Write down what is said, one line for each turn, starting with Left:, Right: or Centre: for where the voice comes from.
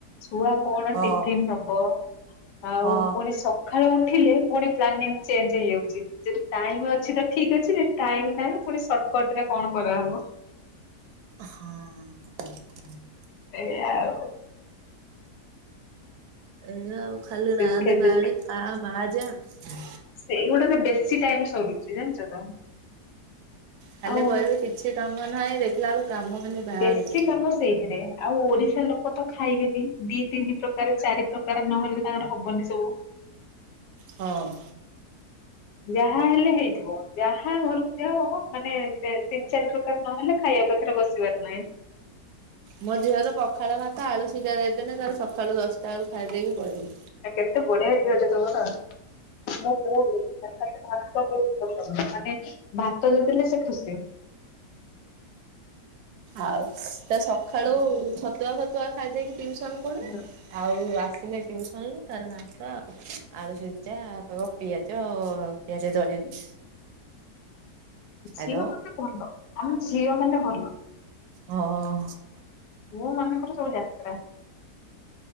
Left: ଛୁଆ କଣ
Right: ଆଉ
Left: ଟିଫିନ ହବ ଆଉ
Right: ହଁ
Left: ପୁଣି ସକାଳୁ ଉଠିଲେ ପୁଣି ପ୍ଲାନିଂ ଚେଞ୍ଜ ହେଇଯାଉଛି ଯଦି ଟାଇମ ଅଛି ତ ଠିକ ଅଛି ଟାଇମ୍ ନାହିଁ ପୁଣି ସର୍ଟକଟ ରେ କଣ କରାହବ
Right: ହଁ
Left: ଏହା ଆଉ
Right: ଏହା ଆଉ ଖାଲି
Left: ସେଥି
Right: ରାନ୍ଧ ବାହାଡେ ଖା ମାହାଜେ ଆଉ
Left: ସେଗୁଡା ତ ବେଶୀ ଟାଇମ ସରୁଛି ଜାଣିଛ ତ
Right: ଖାଲି
Left: ଆଉ
Right: କହିବେ କିଛି କାମ ନାହିଁ ଦେଖିଲା ବେଳୁ କାମ ଖାଲି ବାହାରୁଛି
Left: ବେଶୀ କାମ ସେଇଥିରେ ଆଉ ଓଡିଶା ଲୋକ ତ ଖାଇବେନି ଦି ତିନି ପ୍ରକାର ଚାରି ପ୍ରକାର ନହେଲେ ତାଙ୍କର ହବନି ସବୁ
Right: ହଁ
Left: ଯାହା ହେଲେ ହେଇଥିବ ଯାହା ଘରକୁ ଯାଅ ମାନେ ତିନି ଚାରି ପ୍ରକାର ନହେଲେ ଖାଇଆ ପାଖରେ ବସି ମେ ଫ୍ଲାଏ।
Right: ମୋ ଝିଅର ପଖାଳ ଭାତ ଆଳୁ ସିଝା ଦେଇଦେଲେ ତାର ସକାଳୁ ଦଶଟା ବେଳୁ ଖାଇ ଦେଇକି ପଳେଇବ।
Left: ଆ କେତେ ବଢିଆ ଝିଅଟେ ତମର? ମୁଁ ବହୁତ ଭାତ ପାଇଁ ଭଲ ମାନେ ଭାତ ଦେଇଦେଲେ ସେ ଖୁସି।
Right: ଆଉ ସେ ତ ସଖାଳୁ ଛତୁଆ ଫତୁଆ ଖାଇଦେଇକି ଟିୟୁସନ୍ କୁ
Left: ହଁ।
Right: ଆଉ ଆସିଲେ ଟିୟୁସନ୍ ରୁୁ ତାର ଭାତ ଆଉ। ଆଳୁ ସିଜା ତାକୁ ପିଆଜ ପିଆଜ ଦଳିବି। ଖାଇଦବ।
Left: ଝିଅ କଥା କୁହନ୍ତୁ ଆମ ଝିଅ ମାନେ ଭଲ।
Right: ହଁ।
Left: ପୁଅ ମାନଙ୍କର ସବୁ ଯାତ୍ରା।